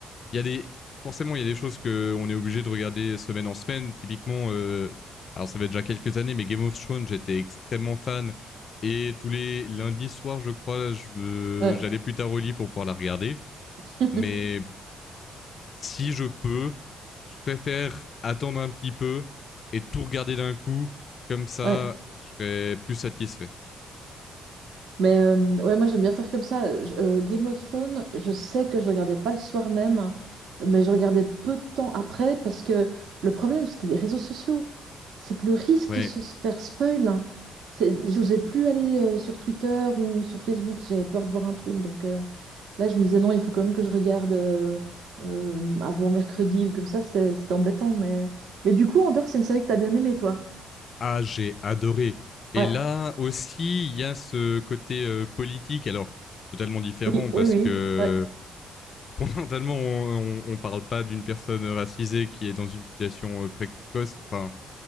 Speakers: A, on the left (about 50°); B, on the right (about 80°).
A: il y a des. Forcément, il y a des choses qu'on est obligé de regarder semaine en semaine. Typiquement, euh, alors ça fait déjà quelques années, mais Game of Thrones, j'étais extrêmement fan. Et tous les lundis soirs, je crois, je- euh,
B: Ouais.
A: j'allais je... plus tard au lit pour pouvoir la regarder.
B: <laughs>
A: Mais si je peux, je préfère attendre un petit peu et tout regarder d'un coup. Comme ça,
B: Ouais.
A: je serais plus satisfait.
B: Mais euh, ouais, moi j'aime bien faire comme ça. Je- euh, Game of Thrones, je sais que je regardais pas le soir même, mais je regardais peu de temps après parce que le problème c'était les réseaux sociaux. C'est que le risque
A: Ouais.
B: de se faire spoil, hein, c'est, j'osais plus aller euh, sur Twitter ou sur Facebook, j'avais peur de voir un truc. Donc euh, là je me disais non, il faut quand même que je regarde euh, euh, avant mercredi ou comme ça, c'était c'était embêtant. Mais... mais du coup, Andor, c'est une série que t'as bien aimée, toi.
A: Ah, j'ai adoré. Et
B: Ouais,
A: là aussi, il y a ce côté euh, politique. Alors, totalement différent
B: oui,
A: parce
B: oui, oui,
A: que
B: ouais,
A: <laughs> fondamentalement, on, on, parle pas d'une personne racisée qui est dans une situation euh, précoce, enfin,